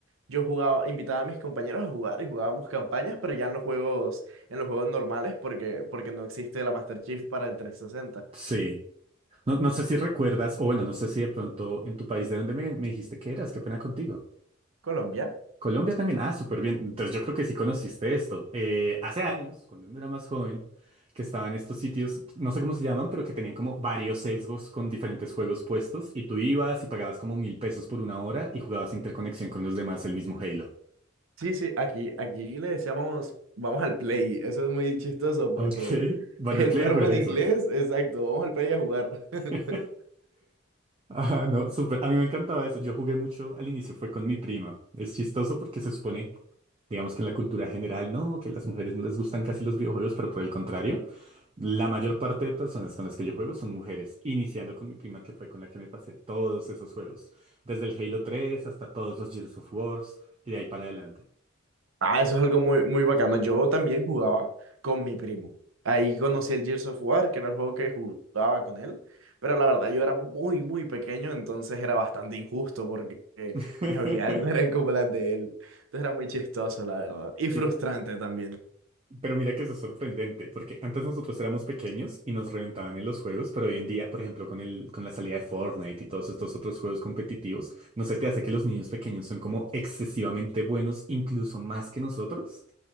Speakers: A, on the right; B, on the right.
A: yo jugaba, invitaba a mis compañeros a jugar y jugábamos campañas, pero ya en los juegos, en los juegos normales, porque, porque no existe la Master Chief para el trescientos sesenta
B: sí. No, no sé si recuerdas, o bueno, no sé si de pronto en tu país de donde me, me dijiste que eras, qué pena contigo.
A: Colombia.
B: Colombia también, ah, súper bien. Entonces yo creo que sí conociste esto. Eh, hace años, cuando uno era más joven, que estaban estos sitios, no sé cómo se llaman, pero que tenían como varios Xbox con diferentes juegos puestos y tú ibas y pagabas como mil pesos por una hora y jugabas interconexión con los demás el mismo Halo.
A: Sí, sí, aquí, aquí le decíamos, vamos al play. Eso es muy chistoso porque
B: Ok, van
A: el
B: al play
A: verbo
B: a jugar
A: en inglés,
B: Xbox.
A: exacto, vamos al play a jugar. <laughs>
B: <laughs> Ajá, no, súper. A mí me encantaba eso. Yo jugué mucho al inicio, fue con mi prima. Es chistoso porque se supone, digamos que en la cultura general, no, que las mujeres no les gustan casi los videojuegos, pero por el contrario, la mayor parte de personas con las que yo juego son mujeres, iniciando con mi prima que fue con la que me pasé todos esos juegos, desde el Halo tres hasta todos los Gears of Wars y de ahí para adelante.
A: Ah, eso es algo muy, muy bacano. Yo también jugaba con mi primo. Ahí conocí el Gears of War, que era el juego que jugaba con él. Pero la verdad, yo era muy, muy pequeño, entonces era bastante injusto porque eh,
B: <laughs>
A: mis habilidades no eran como las de él. Entonces era muy chistoso, la verdad. Y frustrante
B: Y,
A: también.
B: Pero mira que eso es sorprendente, porque antes nosotros éramos pequeños y nos reventaban en los juegos, pero hoy en día, por ejemplo, con el, con la salida de Fortnite y todos estos otros juegos competitivos, ¿no se te hace que los niños pequeños son como excesivamente buenos, incluso más que nosotros?